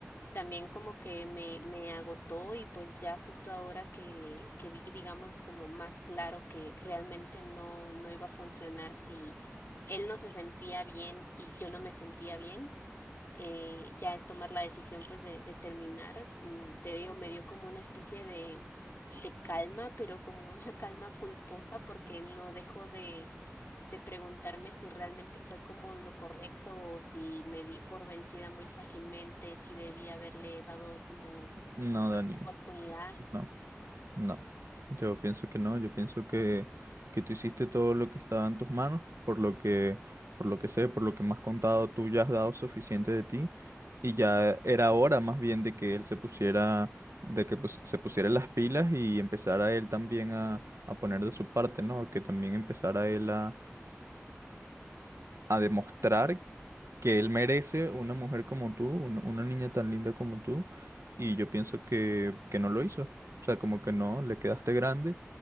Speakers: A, on the left; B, on the right.
A: también como que me, me agotó y pues ya justo ahora que, que vi, digamos, como más claro que realmente no, no iba a funcionar si él no se sentía bien y yo no me sentía bien, eh, ya al tomar la decisión pues de, de terminar, mm, te digo, me dio como una especie de, de calma, pero como una <laughs> calma culposa porque no dejo de, de preguntarme si realmente fue como lo correcto o si me di por vencida muy fácilmente, si debía haberle dado como
B: No, Dani,
A: más oportunidad.
B: no. No, yo pienso que no, yo pienso que, que tú hiciste todo lo que estaba en tus manos, por lo que, por lo que sé, por lo que me has contado, tú ya has dado suficiente de ti y ya era hora más bien de que él se pusiera, de que pues, se pusiera las pilas y empezara él también a, a poner de su parte, ¿no? Que también empezara él a, a demostrar que él merece una mujer como tú, un- una niña tan linda como tú, y yo pienso que, que no lo hizo. O sea, como que no, le quedaste grande